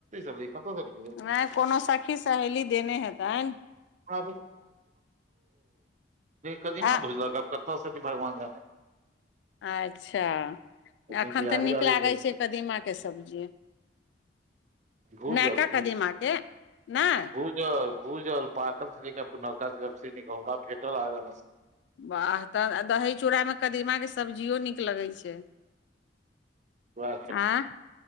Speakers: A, on the right; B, on the left.
A: भेलुी कत सी
B: नहि कोनो सखी सहेली देने हेतन।
A: आ कदीमा
B: आ
A: भुझलब कतनासँ भी भगवान जाने।
B: अच्छा,
A: ओकरे
B: एखन
A: बिहारी
B: तऽ नीक
A: वाले
B: लागैत
A: देलकै
B: छै, कदीमा के सब्जी,
A: भूजल
B: नका कदीमाके नहि।
A: ज भूजल पाकल सेक पुा हमरा भेटल आग।
B: वाह तऽ दही चूड़ामे कदीमाके सब्जियो नीक लगैत छै।
A: वहे ख
B: आँ